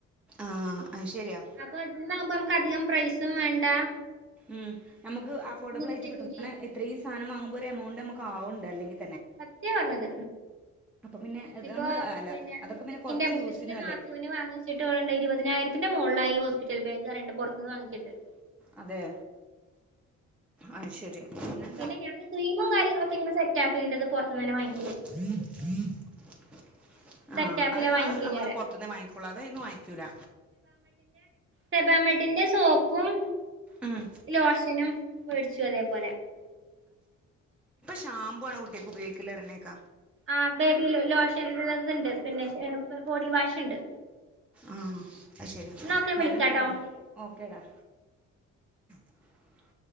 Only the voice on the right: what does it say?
അപ്പൊ ഇന്നാവുമ്പൊ കധികം പ്രൈസും വേണ്ട
ഇങ്ങനെ
ചെയ്യും
ചെയ്യാം
സത്യ പറഞ്ഞത്
ഇപ്പൊ
പിന്നെ
മുത്തച്ചിന്റെ
മുത്തശിന്റെ
നാത്തുന് വാങ്ങിച്ചിട്ട്ണ്ട് ഇരുപതിനായിരത്തിന്റെ മോളിലായി ഹോസ്പിറ്റൽ ബാഗ് അറീണ്ട് പുറത്തുന്ന് വാങ്ങിച്ചപ്പോ ട്ട്
പിന്നെ ഞാന് ക്രീമും കാര്യങ്ങളൊക്കെങ്ങന സെറ്റക്കേണ്ടത് പുറത്തുനെന്നെ വാങ്ങ
സെറ്റാഫിലാ
വാങ്ങിക്കല്
പറയാ
സബമഡിന്റെ സോപ്പും
ലോശനും മേടിച്ചു അതേപോലെ
ആ ബേബി ലോഷൻണ്ട് പിന്നെ ബോഡി വാഷ്ണ്ട്
എന്നാ ഓക്കെ
വിളിക്കാട്ടോ